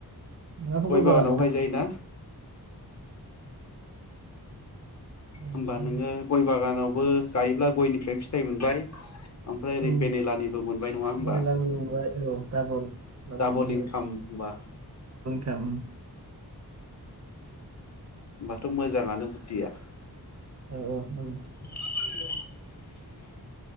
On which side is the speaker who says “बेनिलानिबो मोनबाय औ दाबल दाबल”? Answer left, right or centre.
Right